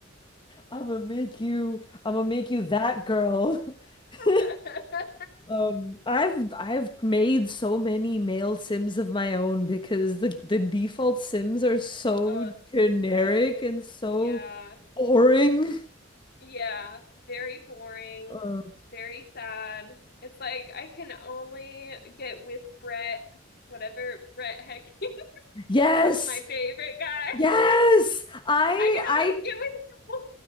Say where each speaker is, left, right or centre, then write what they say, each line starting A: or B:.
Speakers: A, on the left; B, on the left.
A: I'm gonna make you I'm gonna make you that girl.
B: <laughs>
A: <laughs> Um, I've I've made so many male Sims of my own because the the default Sims are so
B: oh,
A: generic
B: so
A: and so
B: yeah.
A: boring.
B: Yeah. Very boring.
A: Uh,
B: Very sad. It's like I can only get with Brett, whatever Brett Hecky.
A: yes,
B: <laughs> That's my favorite guy.
A: yes. I
B: I can only
A: I
B: get with him